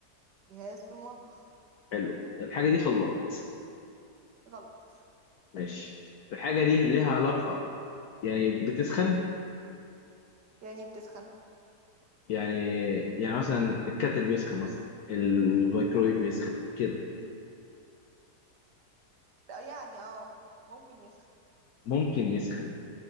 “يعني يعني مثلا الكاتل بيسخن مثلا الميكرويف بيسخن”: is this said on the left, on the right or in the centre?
Left